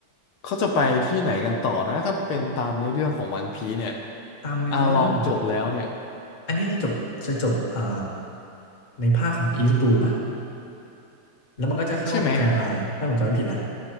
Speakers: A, on the left; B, on the left.
A: เขาจะไปที่ไหนกันต่อนะถ้าเป็นตามในอเรื่องของวันพีเนี่ย
B: ตามเนื้อเรื่อง
A: อาลองจบแล้วเนี่ย
B: อันนี้จะจบจะจบอ่าในภาคของ East Blue ป่ะ แล้วมันก็จะเข้าแกร
A: ใช่ไหม
B: n d ์ไลน์ถ้าผมจำไม่ผิดนะ